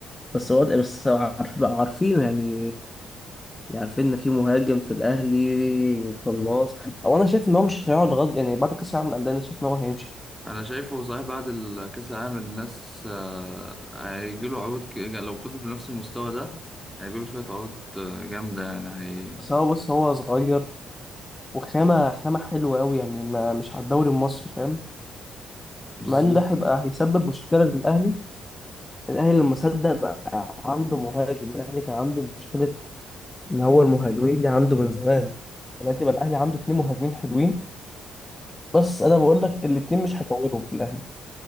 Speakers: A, on the left; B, in the centre.
A: بس هو بس هو عارف بقى عارفينه يعني يعني عارفين ان في مهاجم في الاهلي قناص او انا شايف ان هو مش هيقعد غد يعني بعد كاس العالم للانديه انا شايف ان هو هيمشي
B: انا شايفه صحيح بعد ال- كاس العالم الناس آه، هيجيله عروض ك- لو فضل بنفس المستوى ده هيجيله شويه عروض آه، جامده يعني هي
A: بس هو بص هو صغير وخامه خامه حلوه قوي يعني ما مش على الدوري المصري فاهم
B: بالظبط
A: مع انه ده هيبقى هيسبب مشكله للاهلي الاهلي لما صدق بقى عنده مهاجم الاهلي كان عنده مشكله ان هو المهاجمين دي عنده من زمان دلوقتي بقى الاهلي عنده اتنين مهاجمين حلوين
B: لا،
A: بس انا بقول لك الاتنين مش هيطولوا في الاهلي